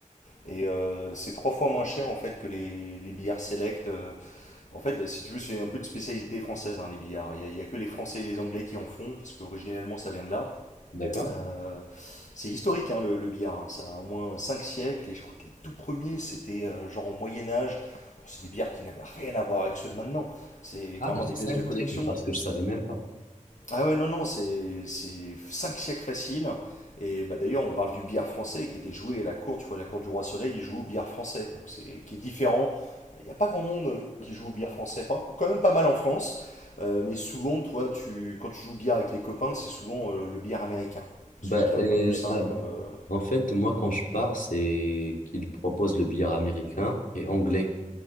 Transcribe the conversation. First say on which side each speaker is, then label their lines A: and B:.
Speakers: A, on the left; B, on the left.
A: Et euh, c'est trois fois moins cher en fait que les, les billards select. euh. en fait, si tu veux, c'est un peu une spécialité française, hein, les billards. Il n'y a, il y a que les Français et les Anglais qui en font, parce qu'originellement ça vient de là.
B: D'accord.
A: Euh, c'est historique hein, le, le billard, hein. ça a au moins 5 siècles et je crois que les tout premiers c'était euh, genre au Moyen Âge. Bon, c'est des billards qui n'avaient rien à voir avec ceux de maintenant, c'est
B: Ah,
A: clairement
B: c'est
A: des
B: ça
A: pièces de
B: que
A: collection,
B: tire, parce que je savais même pas.
A: ah ouais, non, non, c'est 5 siècles faciles. Et bah d'ailleurs, on parle du billard français qui était joué à la cour, tu vois, la cour du Roi Soleil, il joue au billard français, donc c'est qui est différent. Il n'y a pas grand monde qui joue au billard français, enfin, quand même pas mal en France, euh, mais souvent, toi, tu, quand tu joues au billard avec les copains, c'est souvent euh, le billard américain, parce
B: Bah,
A: que qui
B: euh,
A: est un peu plus simple.
B: voilà.
A: euh,
B: En fait, moi, quand je pars, c'est qu'ils proposent le billard américain et anglais.